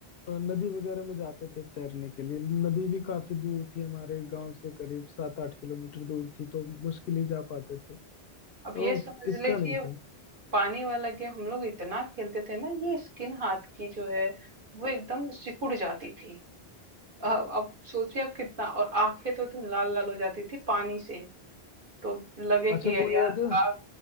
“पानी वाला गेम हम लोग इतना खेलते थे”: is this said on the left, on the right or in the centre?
Right